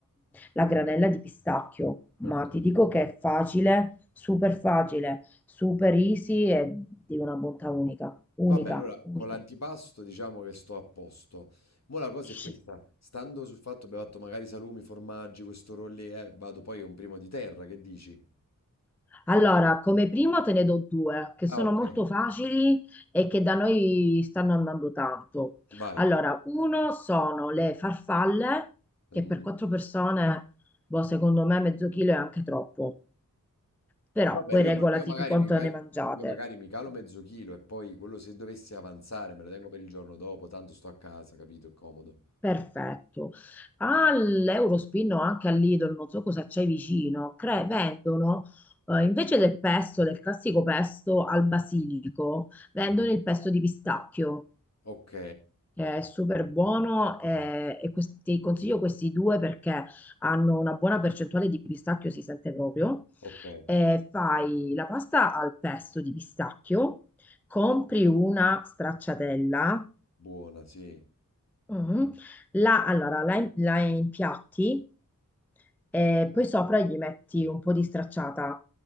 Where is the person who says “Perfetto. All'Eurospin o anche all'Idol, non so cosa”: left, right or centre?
Centre